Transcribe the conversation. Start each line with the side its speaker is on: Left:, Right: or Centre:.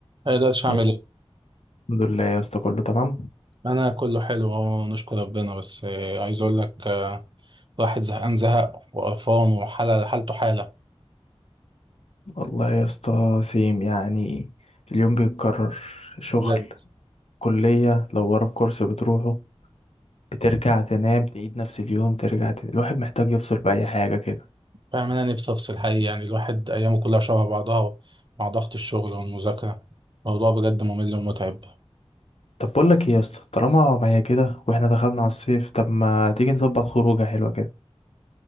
Right: ما اقدرش اعمل
Left: إيه،
Right: ايه
Left: الحمد لله يا اسطى كله تمام
Right: انا كله حلو اهو نشكر ربنا بس آه، عايز اقول لك آه، الواحد زهقان زهق وقرفان وحاله حالته حاله
Left: والله يا اسطى سيم يعني اليوم بيتكرر شغل
Right: بجد
Left: كلية لو ورا الكورس بتروحه بترجع تنام تعيد نفس اليوم ترجع تنام. الواحد محتاج يفصل بأي حاجة كده
Right: فاهم انا نفسي افصل حقيقي يعني الواحد ايامه كلها شبه بعضها مع ضغط الشغل والمذاكره الموضوع بجد ممل ومتعب
Left: طب بقول لك ايه يا اسطى طالما معايا كده واحنا دخلنا على الصيف طب ما تيجي نظبط خروجة حلوة كده